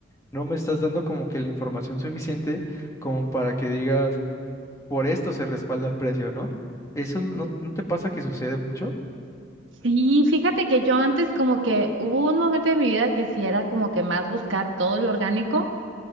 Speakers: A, on the left; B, on the right.
A: No me estás dando como que la información suficiente como para que digas, por esto se respalda el precio, ¿no? ¿Eso no, no te pasa que sucede mucho?
B: Sí, fíjate que yo antes como que hubo un momento de mi vida que sí era como que más buscar todo lo orgánico.